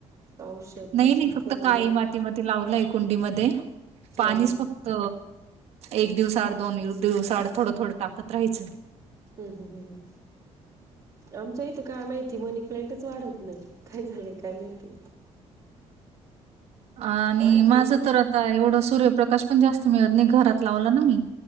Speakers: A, on the right; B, on the right.
A: औषध
B: नाई-नई
A: तसं
B: फक्त
A: खत
B: काळी
A: वगैरे
B: माती मते लावलाय. कुंडीमध्ये.
A: हा
B: पाणीच
A: हा
B: फक्त एक दिवस आड दोन यू दिवसाड थोडं थोडं टाकत राहायचं.
A: हम्-हम्-हम्-हम्, आमच्या इथं काय माहिती मनी पेंटच वाढत नाही. काय झालंय काय माहिती.
B: आणि
A: आणखी
B: माझं तर आता एवढं सूर्यप्रकाश पण जास्त मिळत नाही, घरात लावला ना मी.